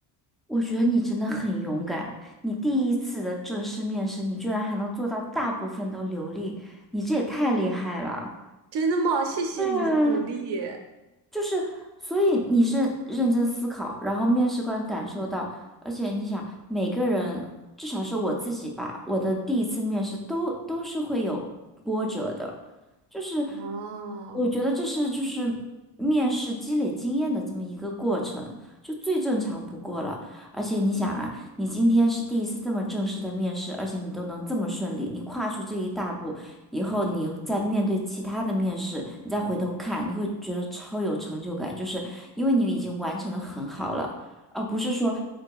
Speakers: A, in the centre; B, on the right.
A: 我觉得你真的很勇敢，你第一次的正式面试，你居然还能做到大部分都流利，你这也太厉害了。
B: 真的吗？谢谢你的鼓励。
A: 对啊，就是，所以你是认真思考，然后面试官感受到，而且你想，每个人至少是我自己吧，我的第一次面试都都是会有波折的，就是
B: 哦，
A: 我觉得这是就是面试积累经验的这么一个过程，就最正常不过了。而且你想啊，你今天是第一次这么正式的面试，而且你都能这么顺利，你跨出这一大步，以后你再面对其他的面试，你再回头看，你会觉得超有成就感，就是因为你已经完成的很好了，而不是说